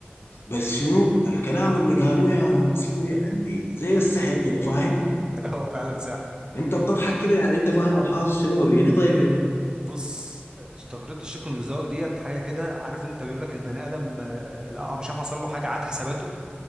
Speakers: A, on the left; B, on the right.
A: بس شنو الكلام اللي قالوه يا أصلي يعني زي السحر كده فاهم
B: هو فعلا سحر
A: أنت بتضحك كده يعني أنت فاهم الحاصل شنو وريني طيب يا مان
B: بص تجربة الشق المزدوج ديت حاجة كده عارف انت بيقول لك البني ادم آه، لا مش عارف حصل له حاجة عاد حساباته